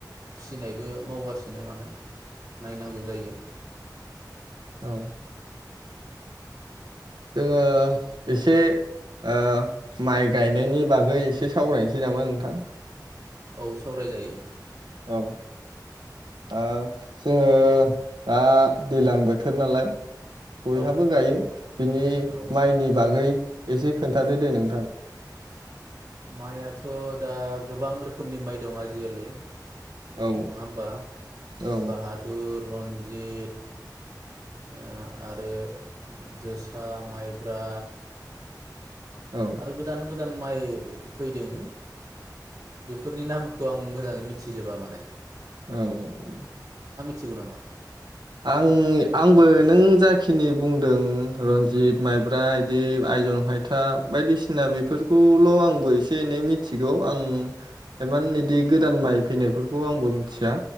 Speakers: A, on the right; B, on the right.
A: फिसि नायबो मावगासिनो माने नायनांगौ जायो
B: औ जोङो एसे ओ माइ गायनायनि बागै एसे सावरायनोसै नामा नोंथां
A: औ सावरायजायो
B: औ ओ जोङो आ दैलां बोथोर नालाय बयहाबो
A: औ
B: गायो बिनि
A: औ
B: माइनि बागै एसे खोनथादो दे नोंथां
A: माइयाथ' दा गोबां रोखोमनि माइ दं आजिखालि नङा
B: औ
A: होमबा
B: औ
A: बाहादुर रनजित ओ आरो जोसा माइब्रा
B: औ
A: आरो गोदान गो दान माइ फैदों बेफोरनि नामखौ आं मोजाङै मि थिजोबा माने
B: औ औ औ
A: थिगौ नामा
B: आं आंबो नों जाखिनि बुंदों रनजित माइब्रा इदि आइजन हायथा बायदिसिना बेफोरखौल' आंबो एसे एनै मिथिगौ आं एमान बिदि गोदान माइ फैनायफोरखौ आंबो मिथिया